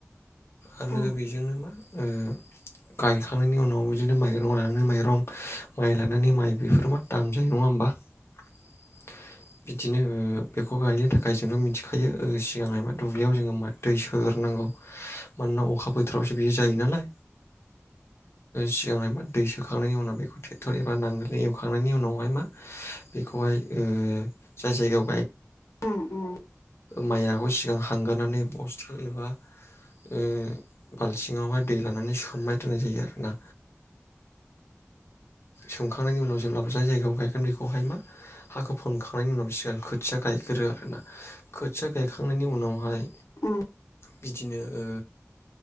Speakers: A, on the left; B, on the left.
A: आरो
B: उम
A: बेजोंनो मा ओ गायखांनायनि उनाव बिदिनो माइरं लानानै माइरं माइ लानानै माइ बेफोरबा दाम जायो नङा होमबा? <inaudible> बिदिनो ओ बेखौ गायनो थाखाय जोंथ' मिथिखायो ओ सिगांहाय मा दुब्लियाव जोङो मा दै सो होग्रोनांगौ मानोना अखा बोथोरावसो बियो जायो नालाय। सिगांहाय मा दै सोखांनायनि उनाव बेखौ ट्रेक्टर एबा नांगोलै एवखांनायनि उनावहाय मा। बेखौहाय ओ जाय जायगायाव
B: उम उम
A: माइआबो सिगां हांग्रोनानै बस्थु एबा ओ बालथिङावहाय दै लानानै सोमना दोननाय जायो आरोना। सोमखांनायनि उनाव जेब्लाबो जाय जायगायाव गायगोन बेखौहाय मा हाखौ फोनखांनायनि उनाव सिगां खोथिया गायग्रो आरोना खोथिया गायखांनायनि उनावहाय
B: उम
A: बिदिनो ओ